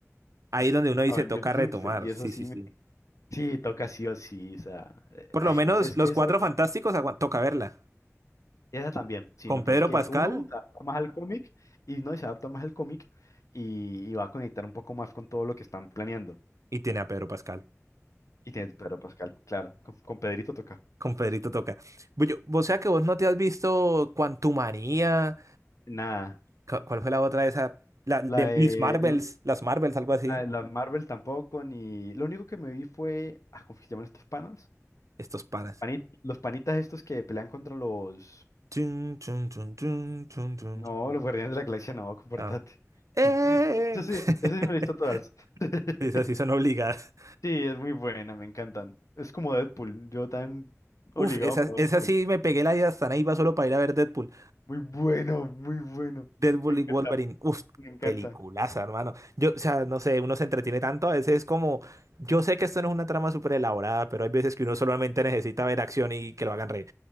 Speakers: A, on the right (about 75°); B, on the left (about 75°).
A: Ahí
B: ¿sí?
A: es donde uno dice,
B: Avengers
A: toca retomar,
B: Doomsday, y eso
A: sí,
B: sí,
A: sí, sí.
B: me... sí, toca sí o sí, o sea, eh,
A: Por
B: ay,
A: lo menos
B: como- es
A: los
B: que eso
A: Cuatro
B: es lo que...
A: Fantásticos aguan- toca verla.
B: Esa también, sí,
A: Con
B: me parece
A: Pedro
B: que
A: Pascal.
B: uno se adapta más al cómic y no y se adapta más al cómic y, y va a conectar un poco más con todo lo que están planeando.
A: Y tiene a Pedro Pascal.
B: Y tiene Pedro Pascal, claro, con, con Pedrito toca.
A: Con Pedrito toca. Bullo, o sea que vos no te has visto Quantumania.
B: Nada,
A: cu- ¿Cuál fue la otra de esa? La de
B: la de,
A: Miss Marvels,
B: l-
A: las Marvels, algo así.
B: la de la Marvel tampoco, ni... Lo único que me vi fue, ah, ¿cómo que se llaman estos panas?
A: Estos panas.
B: Pani- los panitas estos que pelean contra los...
A: Chun, chun, chun, chun, chun, chun.
B: No, los Guardianes de la Galaxia, no, comportate.
A: Ah.
B: <laughs>
A: ¡Eh!
B: Eso
A: <laughs>
B: sí, eso sí me listo todas. <laughs>
A: Esas sí son obligadas.
B: Sí, es muy buena, me encantan. Es como Deadpool, yo tan
A: Uf,
B: obligado
A: esas,
B: me voy
A: esas
B: a Deadpool.
A: sí me pegué la idea hasta ahí iba solo para ir a ver Deadpool.
B: Muy bueno, muy bueno.
A: Deadpool
B: Me encanta,
A: y Wolverine. Uf,
B: me encanta.
A: peliculaza, hermano. Yo, o sea, no sé, uno se entretiene tanto. A veces es como, yo sé que esto no es una trama súper elaborada, pero hay veces que uno solamente necesita ver acción y que lo hagan reír.